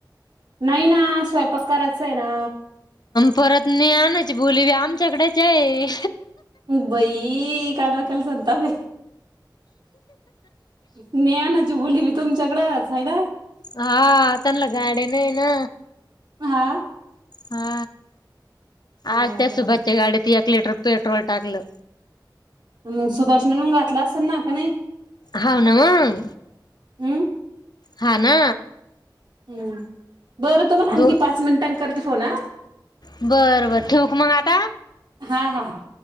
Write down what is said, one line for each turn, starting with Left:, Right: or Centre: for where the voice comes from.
Right: नाही ना स्वयंपाक करायचाय ना
Left: परत नाही आणायची बोली बी आमच्या कडेचये
Right: बई काय डोक्याला संताप हाय ज्ञानाची बोली बी तुमच्याकडच हाय ना
Left: हा त्यांनला गाड्या नाही ना
Right: हा
Left: हा
Right: हो
Left: आज त्या
Right: का
Left: सुभाषच्या गाडीत एक लिटर पेट्रोल टाकलं.
Right: हू सुभाष न नेऊन घातल असल ना का नाही.
Left: हाव नवं
Right: हम्म
Left: हा ना
Right: हू बरं तुम्हाला आणखी
Left: दो
Right: पाच मिनिटांन करते फोन हा
Left: बरं बरं ठेवू का मग आता
Right: हा हा हा